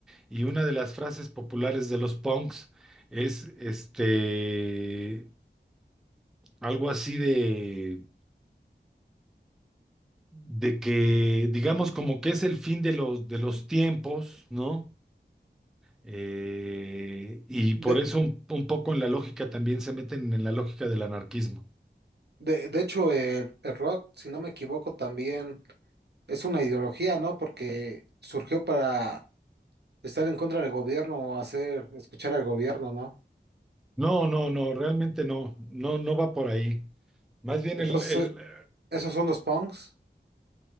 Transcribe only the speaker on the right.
De,
de, de hecho, el, el rock, si no me equivoco, también es una ideología, ¿no? Porque surgió para estar en contra del gobierno o hacer, escuchar al gobierno, ¿no?
Entonces,
esos son los punks.